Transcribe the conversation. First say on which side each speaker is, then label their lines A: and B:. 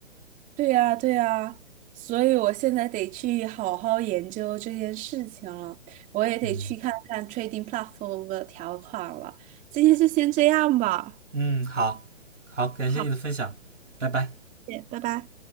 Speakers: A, on the right; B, on the right.
A: 对呀，对呀，所以我现在得去好好研究这件事情了，我也得去看看
B: 嗯
A: trading platform 的条款了。今天就先这样吧，
B: 嗯，好，好，感谢你的分享，
A: 好，
B: 拜拜。
A: 谢谢，拜拜。